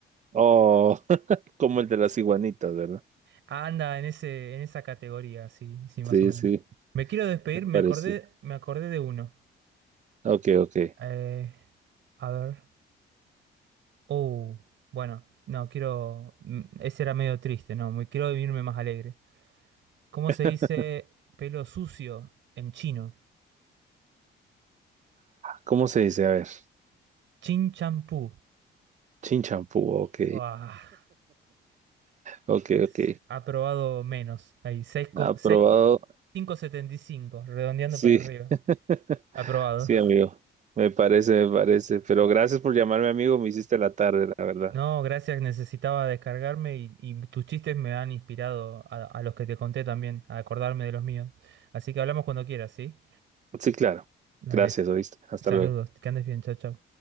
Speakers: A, on the right (about 40°); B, on the right (about 70°).
A: Oh, <laughs> como el de las iguanitas, ¿verdad?
B: Anda en ese, en esa categoría, sí, sí, más
A: Sí,
B: o menos.
A: sí,
B: Me quiero despedir,
A: me
B: me
A: parece.
B: acordé, me acordé de uno.
A: Ok, ok.
B: Eh, a ver. Oh, bueno, no, quiero. mm, Ese era medio triste, no, me quiero irme más alegre. ¿Cómo
A: <laughs>
B: se dice pelo sucio en chino?
A: ¿Cómo se dice? A ver,
B: Chin champú.
A: chinchampú, ok,
B: Ah,
A: ok,
B: es-
A: ok.
B: aprobado menos. Ahí, 6,
A: Aprobado,
B: setenta y cinco redondeando
A: sí,
B: para arriba.
A: <laughs>
B: Aprobado.
A: sí, amigo, me parece, me parece. Pero gracias por llamarme, amigo, me hiciste la tarde, la verdad.
B: No, gracias, necesitaba descargarme y, y tus chistes me han inspirado a, a los que te conté también, a acordarme de los míos. Así que hablamos cuando quieras, ¿sí?
A: Sí, claro.
B: Dale,
A: Gracias, oíste. Hasta
B: saludos,
A: luego.
B: que andes bien, chao, chao.